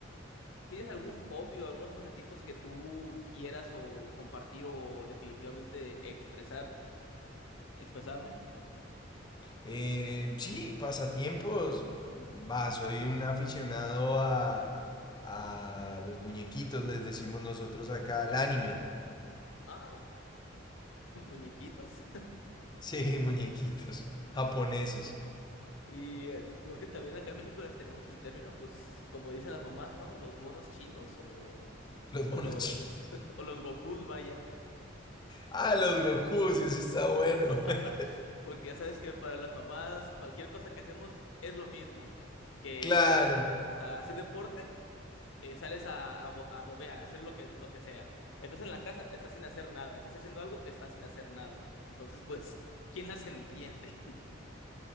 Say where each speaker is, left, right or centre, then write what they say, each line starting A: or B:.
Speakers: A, on the left (about 85°); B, on the left (about 20°).
A: ¿tienes algún hobby o algunos pasatiempos que tú quieras o compartir o definitivamente expresar, expresarme?
B: Eh, sí, pasatiempos. Va, soy un aficionado a, a los muñequitos, les decimos nosotros acá, al anime.
A: Ah, <laughs> muñequitos.
B: Sí, <laughs> muñequitos japoneses,
A: Y eh, creo que también acá en México las tenemos el término, pues, como dicen las mamás, ¿no? Los monos chinos o,
B: los
A: o
B: monos
A: los
B: chinos.
A: <laughs> o los Gokus, vaya.
B: Ah, los Gokus, eso está bueno.
A: <laughs>
B: <laughs>
A: Porque ya sabes que para las mamás cualquier cosa que hacemos es lo mismo. Que
B: Claro.
A: sales a hacer deporte, eh, sales a, a, bo- a bobear, a hacer lo que, lo que sea. Estás en la casa, estás sin hacer nada. Estás haciendo algo, estás sin hacer nada. Entonces, pues, <laughs> ¿quién las entiende?